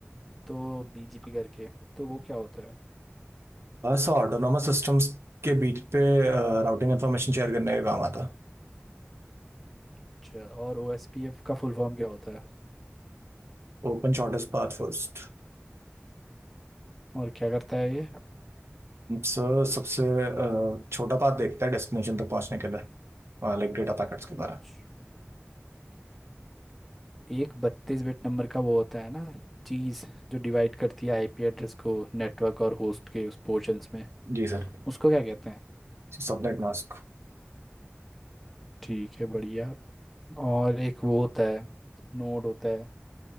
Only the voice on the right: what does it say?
सो ऑटोनोमस सिस्टम्स के बीच पे राउटिंग इंफॉर्मेशन शेयर करने का काम आता
Open shortest path first
Sir सबसे uh, छोटा पाथ देखता है डेस्टिनेशन तक पहुंचने के लिए लाइक डेटा पैकेट्स के द्वारा
जी sir
Subnet mask